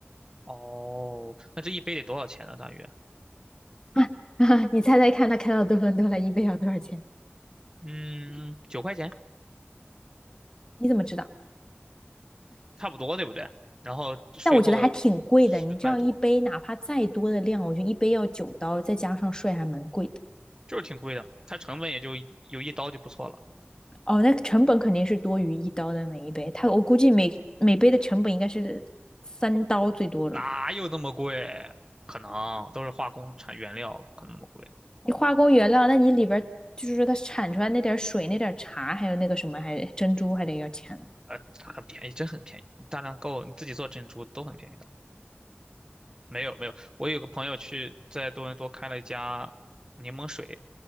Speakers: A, on the right; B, on the left.
A: 哦，那这一杯得多少钱呢？大约，
B: <laughs> 啊啊！你猜猜看，它开到多伦多来，一杯要多少钱？
A: 嗯，九块钱，
B: 你怎么知道？
A: 差不多，对不对？然后税后十块多。
B: 但我觉得还挺贵的，你这样一杯哪怕再多的量，我觉得一杯要九刀，再加上税还蛮贵的。
A: 就是挺贵的，它成本也就有一刀就不错了，
B: 哦，那成本肯定是多于一刀的每一杯，它我估计每每杯的成本应该是三刀最多了。
A: 哪有那么贵？不可能，都是化工产原料，不可能那么贵。
B: 你化工原料，那你里边儿就是说它产出来那点儿水、那点儿茶，还有那个什么，还珍珠还得要钱呢。
A: 呃，它很便宜，真很便宜，你大量购，你自己做珍珠都很便宜的。没有没有，我有个朋友去在多伦多开了一家柠檬水